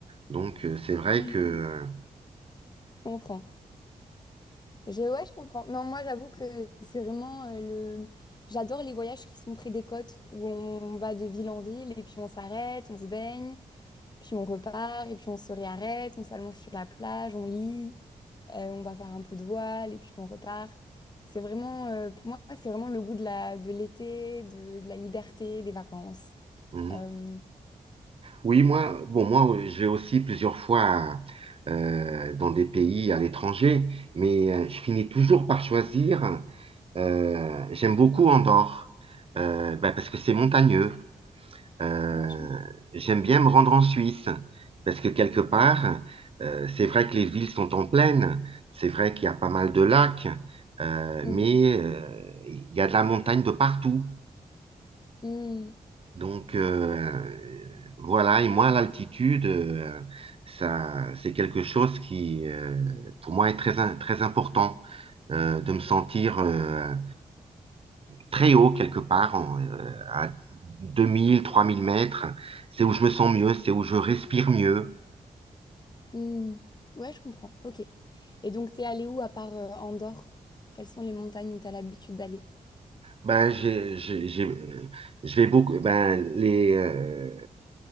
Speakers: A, on the right (about 40°); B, on the left (about 30°).
A: Donc euh, c'est vrai
B: Je
A: que
B: comprends. Je, ouais, je comprends. Non, moi, j'avoue que c'est vraiment euh, le. J'adore les voyages qui sont près des côtes, où on va de ville en ville et puis on s'arrête, on se baigne, puis on repart et puis on se réarrête, on s'allonge sur la plage, on lit, euh, on va faire un peu de voile et puis on repart. C'est vraiment, euh, pour moi, c'est vraiment le goût de la, de l'été, de, de la liberté, des vacances.
A: euh,
B: Euh,
A: Oui, moi, bon, moi, euh, je vais aussi plusieurs fois euh, dans des pays à l'étranger, mais euh, je finis toujours par choisir. euh, j'aime beaucoup Andorre, euh, bah, parce que c'est montagneux. Euh,
B: ouais, je
A: j'aime bien me rendre en Suisse, parce que quelque part, euh, c'est vrai que les villes sont en plaine, c'est vrai qu'il y a pas mal de lacs, euh,
B: Mhm.
A: mais euh, il y a de la montagne de partout.
B: Mhm.
A: Donc euh, voilà, et moi, l'altitude, euh, ça, c'est quelque chose qui, euh, pour moi, est très, in- très important euh, de me sentir euh, très haut quelque part, en, euh, à 2000, 3000 mètres. C'est où je me sens mieux, c'est où je respire mieux.
B: Mhm. Ouais, je comprends. Ok. Et donc, t'es allé où à part euh, Andorre? Quelles sont les montagnes où t'as l'habitude d'aller?
A: Ben, j'ai, j'ai, j'ai- euh, je vais beaucoup, ben, les, euh,